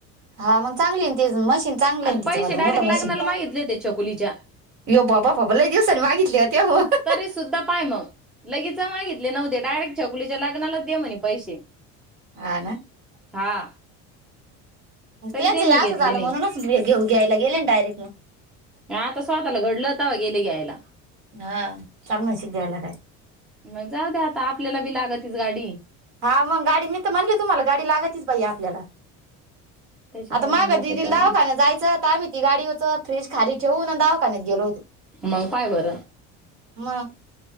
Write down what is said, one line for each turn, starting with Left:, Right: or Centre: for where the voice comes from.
Right: हा मग चांगली त मशीन चांगलं
Centre: आणि
Right: आहे तिचं,
Centre: पैसे डायरेक्ट
Right: मोठं वालं
Centre: लागणार
Right: मशीन.
Centre: मागितले होते चकुलीचे
Right: <unintelligible> लय दिवसांनी मागितली होते.
Centre: तरी सुद्धा पाहय मग. लगेच मागितले नव्हते. डायरेक्ट छकुलीच्या लग्नालाच दे म्हणे पैसे.
Right: हा ना!
Centre: हा! तरी
Right: त्यांचं
Centre: त्यांनी
Right: या
Centre: घेतले
Right: असं झालं,
Centre: नाही
Right: म्हणूनच घ्यायला गेले ना डायरेक्ट.
Centre: हा आता स्वतःला घडलं तवा गेले घ्यायला.
Right: हा! <unintelligible>
Centre: मग जाऊ दे आता, आपल्याला बी लागतीच गाडी.
Right: हा मग! गाडी मी तर म्हणली तुम्हाला गाडी लागतच बाई आपल्याला.
Centre: त्याच्यामुळे
Right: आता माग
Centre: मग
Right: दिदीला
Centre: जाऊ
Right: दावाखान्यात जायचं त आम्ही ती गाडीवरच फ्रीज खाली ठेवून ना, दावाखान्यात गेलो होतो.
Centre: मग पाहाय बरं!
Right: मग!